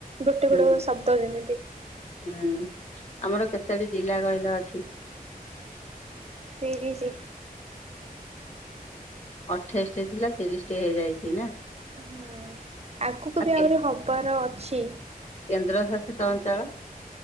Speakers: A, on the right; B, on the left.
A: ଗୋଟେ
B: ହୁଁ
A: ଗୋଡ଼ ଶବ୍ଦ ଯେମିତି।
B: ହୁଁ, ଆମର କେତୋଟି ଜିଲ୍ଲା କହିଲ ଅଛି?
A: ତିରିଶି।
B: ଅଠେଇଶଟି ଥିଲା। ତିରିଶ ଟି ହେଇଯାଇଛି ନା।
A: ହୁଁ, ଆଗକୁ
B: ଆଉ
A: ବି
B: କେ
A: ଆହୁରି ହବାର ଅଛି।
B: କେନ୍ଦ୍ର ଶାସିତ ଅଞ୍ଚଳ।